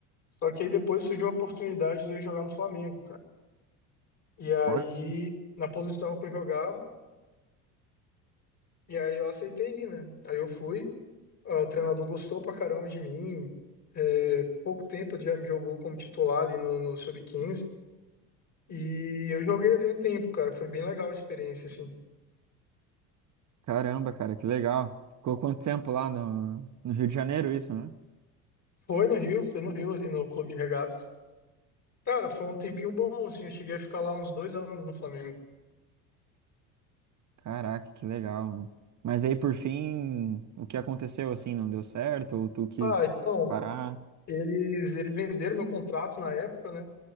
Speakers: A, on the left; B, on the right.
A: Só que aí depois surgiu a oportunidade de eu jogar no Flamengo, cara. E aí,
B: Olha só.
A: na posição que eu jogava, e aí eu aceitei ir, né? Aí eu fui, ah, o treinador gostou pra caramba de mim. É, pouco tempo ele já me jogou como titular ali no, no sub Quinze E eu joguei ali um tempo, cara. Foi bem legal a experiência, assim.
B: Caramba, cara, que legal. Ficou quanto tempo lá no, no Rio de Janeiro isso, né?
A: Foi no Rio, foi no Rio, ali no Clube de Regatas. Cara, foi um tempinho bom, assim, eu cheguei a ficar lá uns dois anos no Flamengo.
B: Caraca, que legal, mano. Mas aí, por fim, o que aconteceu, assim, não deu certo? Ou tu quis
A: Ah, então,
B: parar?
A: eles, eles venderam meu contrato na época, né?